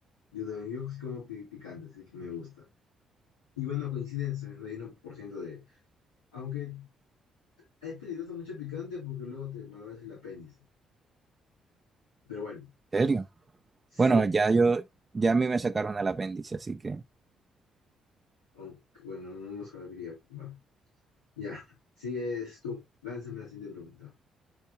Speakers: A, on the left; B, on the right.
A: Yo también, yo sí como pi- picante, así que me gusta. Y bueno, coincide el 61% de... Aunque es peligroso mucho el picante porque luego te malogras el apéndice. Pero bueno,
B: ¿En serio?
A: sí.
B: Bueno, ya yo, ya a mí me sacaron el apéndice, así que,
A: Aunque bueno, no lo sabría. Bueno, ya. Sigues tú. Lánzame la siguiente pregunta.